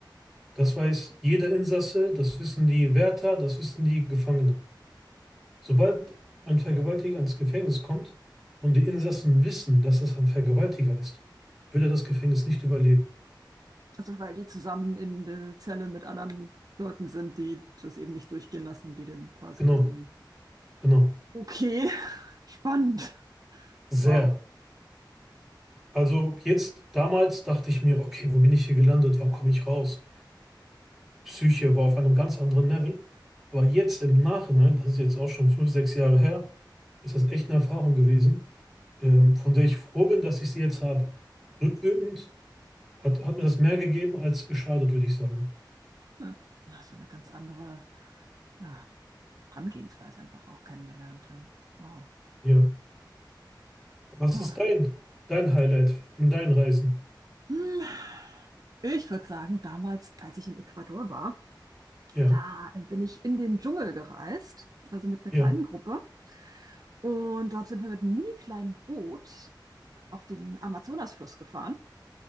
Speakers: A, in the centre; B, on the right.
A: Das weiß jeder Insasse, das wissen die Wärter, das wissen die Gefangenen. Sobald ein Vergewaltiger ins Gefängnis kommt und die Insassen wissen, dass das ein Vergewaltiger ist, wird er das Gefängnis nicht überleben.
B: Also, weil die zusammen in der Zelle mit anderen Leuten sind, die das eben nicht durchgehen lassen und die den quasi
A: Genau,
B: dann.
A: genau.
B: Okay, <laughs> spannend.
A: Sehr.
B: Wow.
A: Also jetzt, damals dachte ich mir, okay, wo bin ich hier gelandet? Wann komme ich raus? Psyche war auf einem ganz anderen Level. Aber jetzt im Nachhinein, das ist jetzt auch schon fünf, sechs Jahre her, ist das echt eine Erfahrung gewesen, ähm, von der ich froh bin, dass ich sie jetzt habe. Rückwirkend Hat, hat mir das mehr gegeben als geschadet, würde ich sagen.
B: Hm. Na, so eine ganz andere ja, Herangehensweise einfach auch kennengelernt. Ja. Wow.
A: Ja. Was
B: Ha.
A: ist dein, dein Highlight in deinen Reisen?
B: Hm. Ich würde sagen, damals, als ich in Ecuador war,
A: Ja,
B: da bin ich in den Dschungel gereist, also mit einer
A: ja,
B: kleinen Gruppe. Und dort sind wir mit einem mini kleinen Boot auf den Amazonasfluss gefahren.